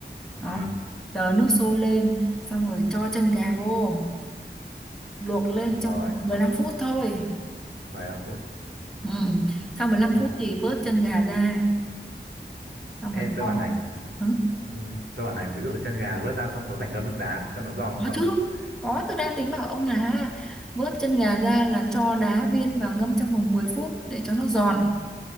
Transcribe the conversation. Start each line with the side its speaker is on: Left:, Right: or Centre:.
Right: ừ
Centre: đó chờ nước sôi lên xong rồi cho chân gà vô luộc lên
Right: rồi
Centre: trong 15 phút thôi
Right: 15 phút
Centre: ừ. sau mười lăm
Right: à,
Centre: phút thì vớt chân gà ra xong
Right: ê
Centre: rồi
Right: tôi
Centre: cho
Right: bảo này
Centre: ừ.
Right: ừ, tôi bảo này ví dụ chân gà vớt ra xong có phải ngâm nước đá cho nó giòn không
Centre: có chứ có tôi đang tính bảo ông là vớt chân gà ra là cho đá viên vào ngâm trong vòng 10 phút để cho nó giòn